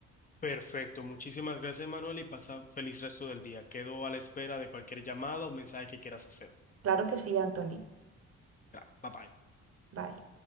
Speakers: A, on the left (about 30°); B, on the right (about 50°).
A: Perfecto, muchísimas gracias, Manuel, y pasa feliz resto del día. Quedo a la espera de cualquier llamada o mensaje que quieras hacer.
B: Claro que sí, Anthony.
A: Claro, bye bye.
B: Bye.